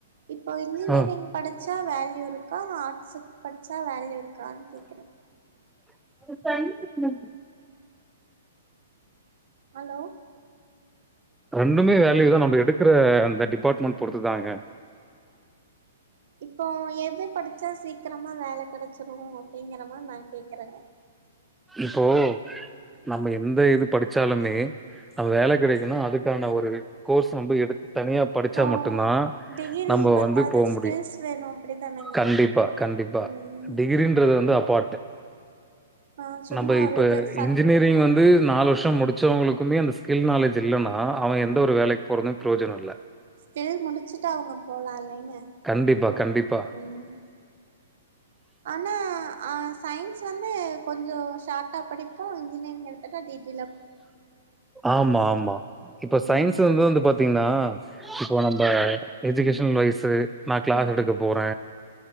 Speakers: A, on the right (about 60°); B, in the centre.
A: இப்போ இன்ஜினியரிங்
B: ஆ
A: படிச்சா வேல்யூ இருக்கா ஆர்ட்ஸுக்கு படிச்சா வேல்யூ இருக்கான்னு கேக்குறே
B: <unintelligible>
A: ஹலோ
B: ரெண்டுமே வேல்யூ தா நம்ம எடுக்கிற அந்த டிபார்ட்மெண்ட் பொறுத்து தாங்க
A: இப்போய் எது படித்தா சீக்கிரமாக வேல கிடச்சிரு அப்டிங்கிற மாதி நா கேட்குறேங்க
B: இப்போ நம்ம எந்த இது படிச்சாலுமே நம வேலகெடைக்கனுன்னா அதுக்கான ஒரு கோர்ஸ் நம்ம எடுத்து தனியா படிச்சா
A: இப்போ
B: மட்டுந் தா
A: டிகிரி
B: நம்ம
A: பத்தாது
B: வந்து போவ்
A: ஸ்கில்ஸ்
B: முடியு
A: வேணு அப்டிதானங்க
B: கண்டிப்பா கண்டிப்பா
A: ம்
B: டிகிரின்றது வந்து அப்பாட்
A: ஆ சும்மா
B: நம்ம இப்ப
A: ஒரு இது சர்டிபிகேட்
B: இன்ஜினியரிங்
A: மாரி
B: வந்து நாலு வருஷோ முடிச்சவங்களுக்குமே அந்த ஸ்கில் நாலேஜ் இல்லன்னா அவ எந்த
A: ம்
B: ஒரு வேலக்கி போறது பிரயோஜனம் இல்ல
A: ஸ்கில் முடிச்சுட்டு அவுங்க போலால்லைங்க
B: கண்டிப்பா கண்டிப்பா
A: ம் ஆனா ஆ சயின்ஸ் வந்து கொஞ்சோ ஷாட்டா படிப் போ இன்ஜினியரிங் எடுத்தனா டீடி
B: ஆமாமா இப்ப சயின்ஸ்
A: ம்
B: வந்துது பாத் தீங்ளா இப்போ நம்ம எஜுகேஷன் லைஃபு நா கிளாஸ் எடுக்க போற